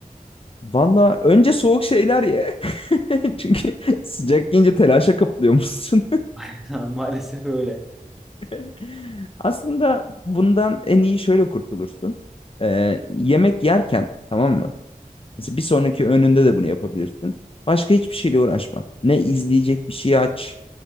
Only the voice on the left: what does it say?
Valla önce soğuk şeyler ye. <laughs> Çünkü sıcak yiyince telaşa kapılıyormuşsun.
<laughs> Aslında bundan en iyi şöyle kurtulursun. Ee, yemek yerken tamam mı? Mesela bir sonraki öğününde de bunu yapabilirsin. Başka hiçbir şeyle uğraşma. Ne izleyecek bir şey aç.